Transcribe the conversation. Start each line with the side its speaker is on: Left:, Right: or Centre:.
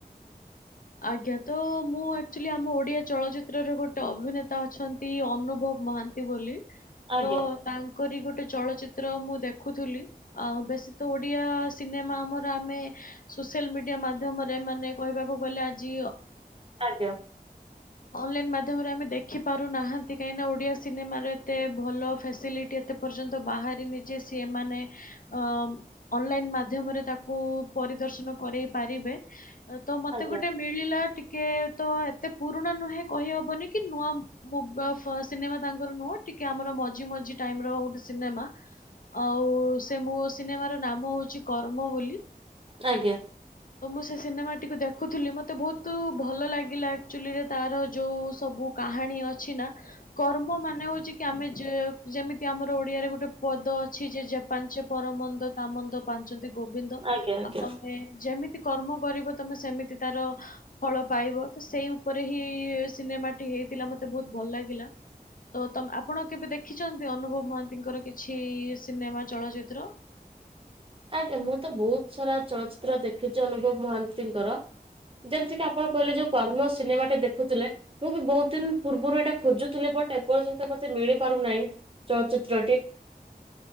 Left: ଆଜ୍ଞା। ତ ମୁଁ ଆକ୍ଚୁଆଲି ଆମ ଓଡ଼ିଆ ଚଳଚ୍ଚିତ୍ରରେ ଗୋଟେ ଅଭିନେତା ଅଛନ୍ତି ଅନୁଭବ ମହାନ୍ତି ନ୍ତି ବୋଲି
Right: ଆଜ୍ଞା
Left: ତ ତାଙ୍କରି ଗୋଟେ ଚଳଚ୍ଚିତ୍ର ମୁଁ ଦେଖୁଥିଲି, ଆଉ ବେଶୀ ତ ଓଡିଆ ସିନେମା ଆମର ଆମେ ସୋ ସୋସିଆଲ୍ ମିଡ଼ିଆ ମାଧ୍ୟମରେ ମାନେ କହିବାକୁ ଗଲେ ଆଜି
Right: ଆଜ୍ଞା।
Left: ଅନଲାଇନ୍ ମାଧ୍ୟମରେ ଆମେ ଦେଖିପାରୁନାହାଁନ୍ତି, କାହିଁକିନା ଓଡିଆ ସିନେମାର ଏତେ ଭଲ ଫ୍ୟାସିଲିଟି ଏତେ ପର୍ଯ୍ୟନ୍ତ ବାହାରିନି ଯେ ସିଏ ମାନେ ଅ ଅନଲାଇନ ମାଧ୍ୟମରେ ତାକୁ ପରିଦର୍ଶନ କରେଇ ପାରିବେ, ତ ମତେ
Right: ଆଜ୍ଞା
Left: ଗୋଟେ ମିଳିଲା ଟି କେ ତ ଏତେ ପୁରୁଣା ନୁହେଁ କହିହବନି କି ନୂଆ <unintelligible> ସିନେମା ତାଙ୍କର ନୁହଁ ଟିକେ ଆମର ମଝି ମଝି ଟାଇମର ଗୋଟେ ସିନେମା ଆଉ ସେ ମୋ ସିନେମାର ନାମ ହଉଛି କର୍ମ ବୋଲି
Right: ଆଜ୍ଞା
Left: ଓ ମୁଁ ସେ ସିନେମାଟିକୁ ଦେଖ ଦେଖୁଥିଲି ମୋତେ ବହୁତ ଭଲ ଲାଗିଲା ଆକ୍ଚୁଆଲିରେ ତାର ଯେଉଁ ସବୁ କାହାଣୀ ଅଛି ନା କର୍ମ ମାନେ ହଉଛି କି ଆମେ ଯେ-ଯେମିତି ଆମର ଓଡିଆରେ ଗୋଟେ ପଦ ଅଛି ଯେ ପାଞ୍ଚେ ପର ର ମନ୍ଦ ତା ମନ୍ଦ ପାଞ୍ଚନ୍ତି ଗୋବିନ୍ଦ।
Right: ଆଜ୍ଞା ଆଜ୍ଞା।
Left: ଆଉ ତମେ ଯେମିତି କର୍ମ କରିବ ତମେ ସେମିତି ତାର ଫଳ ପାଇବ। ତ ସେଇ ଉପରେ ହିଁ ସିନେମାଟି ହେଇଥିଲା ମତେ ବହୁତ ଭଲ ଲାଗିଲା। ତ ତମ ଆପଣ କେବେ ଦେଖିଛନ୍ତି ଅନୁଭବ ମହାନ୍ତିଙ୍କର କିଛି ସିନେମା ଚଳଚିତ୍ର?
Right: ଆଜ୍ଞା ମୁଁ ତ ବହୁତ ସାରା ଚଳଚିତ୍ର ଦେଖିଛି ଅନୁଭବ ମହାନ୍ତିଙ୍କର। ଯେମିତି କି ଆପଣ କହିଲେ ଯୋଉ କର୍ମ ସିନେମାଟେ ଦେଖୁଥିଲେ ମୁଁ ବି ବହୁତ ଦିନ ପୂର୍ବରୁ ଏଇଟା ଖୋଜୁଥିଲି ବଟ୍ ଏପର୍ଯ୍ୟନ୍ତ ମତେ ମିଳି ପାରୁନାହିଁ। ଚଳଚିତ୍ରଟି